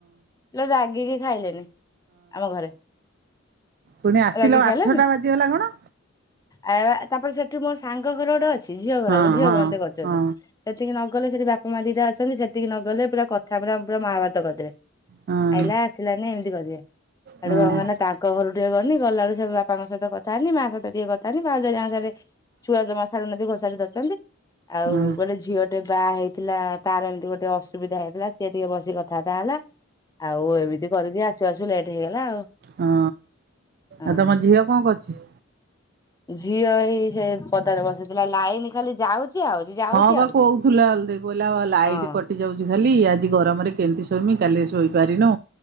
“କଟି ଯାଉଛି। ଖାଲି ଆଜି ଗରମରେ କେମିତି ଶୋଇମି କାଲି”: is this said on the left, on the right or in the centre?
Right